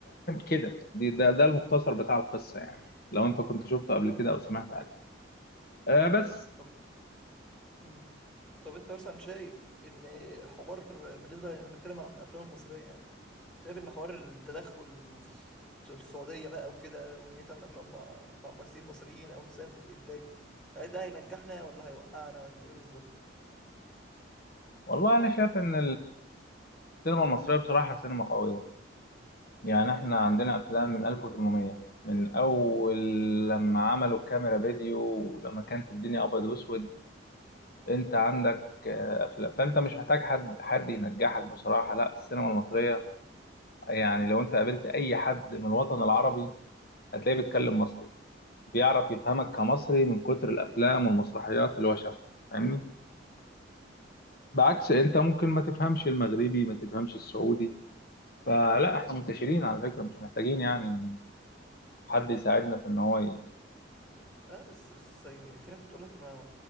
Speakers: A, on the left (about 50°); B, in the centre.
A: كده دي ده, ده المختصر بتاع القصه يعني لو انت كنت شفته قبل
B: مم.
A: كده او سمعت عنه أه بس
B: <laughs> طب مم. طب انت مثلا شايف ان حوار بالنسبه لنتكلم عن الافلام المصريه يعني شايف ان حوار التدخل الس- السعوديه بقى وكده وان هي تعمل افلام مع مع ممثلين مصريين او تساهم في الانتاج هل ده هينجحنا ولا هيوقعنا ولا ايه بالظبط
A: والله انا شايف ان السينما المصريه بصراحه سينما قويه يعني احنا عندنا افلام من 1800 من اول لما عملوا الكاميرا فيديو ولما كانت الدنيا ابيض واسود انت عندك آه، افلام فانت مش محتاج حد حد ينجحك بصراحه لا السينما المصريه يعني لو انت قابلت اي حد من الوطن العربي هتلاقيه بيتكلم مصري بيعرف يفهمك كمصري من كتر الافلام والمسرحيات اللي هو شافها فاهمني بعكس انت ممكن ما تفهمش المغربي ما تفهمش السعودي فلا احنا منتشرين على فكره مش محتاجين يعني حد يساعدنا في ان هو
B: اه بس بس يعني في ناس بتقول لك ما